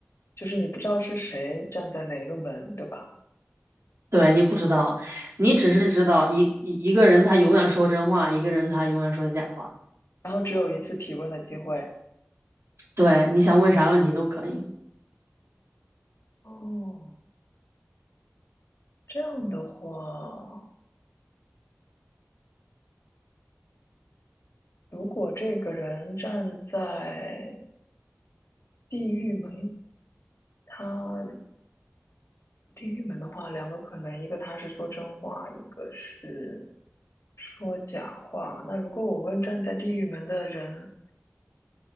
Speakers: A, on the left; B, on the right.
A: 就是你不知道是谁站在哪一个门，对吧？
B: 对，你不知道，你只是知道一一一个人他永远说真话，一个人他永远说假话。
A: 然后只有一次提问的机会。
B: 对，你想问啥问题都可以。
A: 哦，这样的话，如果这个人站在地狱门，他如地狱门的话，两个可能，一个他是说真话，一个是说假话。那如果我问站在地狱门的人，